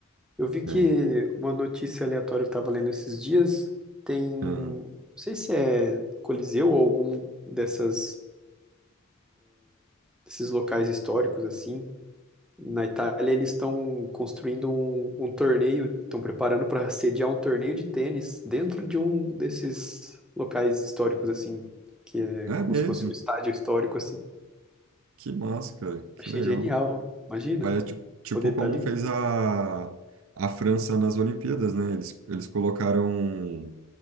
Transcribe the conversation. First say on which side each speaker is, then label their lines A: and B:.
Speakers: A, in the centre; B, on the right (about 75°).
A: Eu vi que
B: É.
A: uma notícia aleatória que eu tava lendo esses dias tem, não
B: Aham.
A: sei se é Coliseu ou algum dessas, desses locais históricos, assim, Na Itália, eles estão construindo um, um torneio, estão preparando para sediar um torneio de tênis dentro de um desses locais históricos, assim, que é
B: É
A: como
B: mesmo?
A: se fosse um estádio histórico, assim.
B: Que massa, cara. Que
A: Achei
B: legal.
A: genial, imagina,
B: Parece ti- tipo
A: poder estar
B: como
A: ali.
B: fez a, a França nas Olimpíadas, né? Eles, eles colocaram